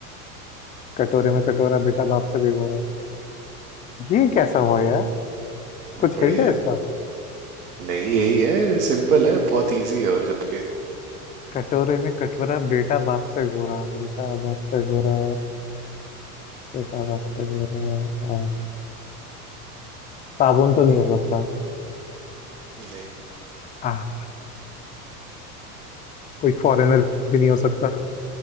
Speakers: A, on the left; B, on the right.
A: कटोरे में कटोरा बेटा बाप से भिगोरा ये कैसा हुआ यार कुछ
B: बढ़िया
A: हिंट है
B: है
A: इसका
B: नहीं यही है सिंपल है बहुत इजी है और जबकि
A: कटोरे में कटोरा बेटा बाप से गोरा बेटा बाप से गोरा बेटा बाप से गोरा आ, साबुन तो नहीं हो सकता
B: नहीं
A: आ, कोई फॉरेनर भी नहीं हो सकता